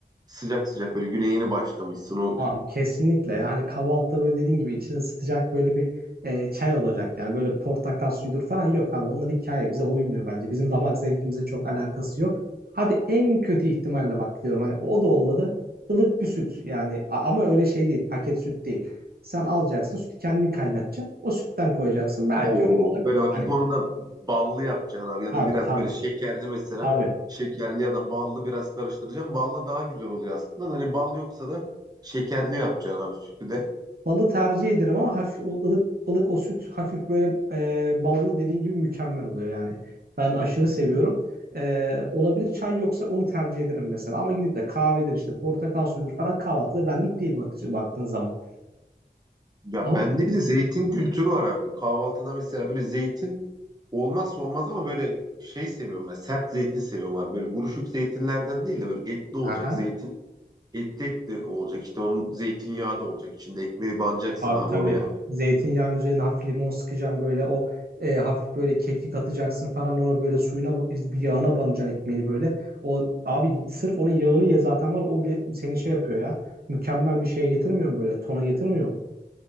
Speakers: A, on the right (about 25°); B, on the right (about 65°).
A: sıcak sıcak böyle güne yeni başlamışsın o
B: Abi kesinlikle yani kahvaltıda böyle dediğin gibi içini ısıtacak böyle bir e, çay olacak yani böyle portakal suyudur falan yok abi onlar hikaye bize uymuyor bence bizim damak zevkimize çok alakası yok. Hadi en kötü ihtimalle bak diyorum hani o da olmadı ılık bir süt yani A- ama öyle şey değil paket süt değil. Sen alacaksın sütü kendin kaynatacaksın o sütten koyacaksın belki
A: Oo,
B: öyle olabilir.
A: böyle hafif
B: Hani
A: onu da ballı yapacaksın abi ya
B: tabii
A: da biraz
B: tabii
A: böyle şekerli mesela.
B: tabii
A: Şekerli ya da ballı biraz karıştıracaksın. Ballı daha güzel oluyor aslında. Hani bal yoksa da şekerli yapacaksın abi sütü de.
B: Balı tercih ederim ama hafif o ılık ılık o süt hafif böyle e, ballı dediğin gibi mükemmel oluyor yani. Ben aşırı seviyorum. E, olabilir çay yoksa onu tercih ederim mesela. Ama gidip de kahvedir işte portakal suyudur falan kahvaltıda benlik değil bak, baktığın zaman.
A: Ya
B: Ama
A: bende bir de zeytin
B: bu...
A: kültürü var abi. Kahvaltıda mesela böyle zeytin olmazsa olmaz ama böyle şey seviyorum ben. Sert zeytin seviyorum abi. Böyle buruşuk zeytinlerden değil de böyle etli olacak
B: Aha.
A: zeytin. Etli etli olacak işte onun zeytinyağı da olacak içinde ekmeği banacaksın
B: Abi
A: abi
B: tabii.
A: oraya.
B: Zeytinyağın üzerine hafif limon sıkacağım böyle o e, hafif böyle kekik atacaksın falan ona böyle suyuna ba- bir yağına banacaksın ekmeğini böyle. O abi sırf onun yağını ye zaten var o bile seni şey yapıyor ya. Mükemmel bir şeye getirmiyor mu böyle? Tona getirmiyor mu?